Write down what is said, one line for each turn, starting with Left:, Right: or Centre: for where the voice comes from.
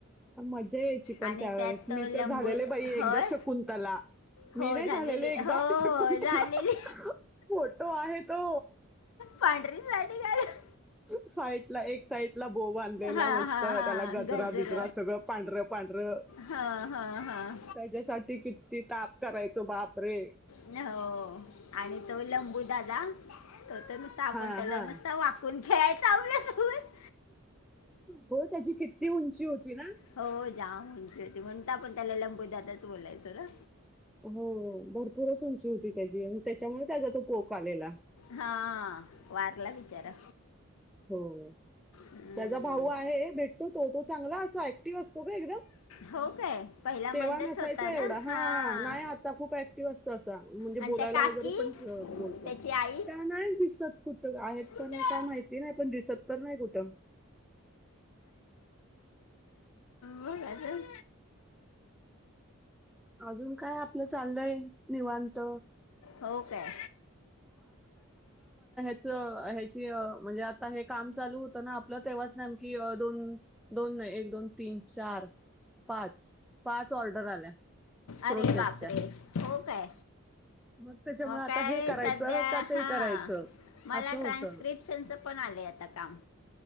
Centre: मजा यायची पण
Left: आणि
Centre: त्यावेेळेस
Left: त्यात
Centre: मी
Left: तो
Centre: तर
Left: लंबू
Centre: झालेले बाई एकदा
Left: होय
Centre: शकुंतला
Left: हो
Centre: मी नाही
Left: झालेली
Centre: झालेले एकदा
Left: हो हो
Centre: शकूनतला
Left: झालेली
Centre: त्यांना फोटो आहे तो
Left: पांढरीसाडी घालून
Centre: साईडला एक साईडला बो बांधलेला
Left: हा
Centre: मस्त
Left: हा हा
Centre: त्याला गजरा
Left: गजर
Centre: बिजरा सगळं पांढर पांढर
Left: हा हा हा
Centre: त्याच्यासाठी किती ताप करायचो बापरे
Left: हो आणि तो लंबू दादा तो तर नुसता आपण
Centre: हां,
Left: त्याला
Centre: हां.
Left: नुसता वाकून खेळायच आपल्या सोबत
Centre: हो त्याची किती उंची होती ना
Left: हो जाम होती म्हणून तर त्याला आपण लंबू दादाच बोलायचं ना
Centre: हो भरपूरच उंची होती त्याची त्याच्यामुळे त्याचा तो पोक आलेला
Left: हा वारला बिचारा
Centre: हो
Left: हम्म.
Centre: त्याचा भाऊ आहे भेटतो तो तो चांगला ऍक्टिव असतो ग एकदम
Left: हो काय पहिला
Centre: तेव्हा
Left: मंदच
Centre: नसायच
Left: होता
Centre: एवढा
Left: ना
Centre: हा
Left: हां
Centre: नाही आता खूप ऍक्टिव्ह असतो अस म्हणजे ब
Left: आणि
Centre: बोलायला
Left: त्या काकी
Centre: वगैरे पण बलतो
Left: त्याची आई
Centre: त्या नाही दिसत कुठ आहेत का
Left: बघा
Centre: नाही का माहिती नाही पण दिसत तर नाही कुठं
Left: मग अजुन
Centre: अजून काय आपलं चाललंय निवांत
Left: हो काय
Centre: ह्या म्हणजे आ हे काम चालू होत ना आपलं तेव्हाच नमक दोन दोन एक, दोन, तीन, चार, पाच पाच ऑर्डर आल्या क्रोशेटच्या
Left: अरे बापरे हो काय
Centre: मग त्याच्यामुळे आता
Left: काय
Centre: हे करायचं
Left: सध्या
Centre: का ते
Left: हां
Centre: करायचं
Left: मला
Centre: असं होतं
Left: ट्रान्स्क्रिप्शनचं पण आलंय आता काम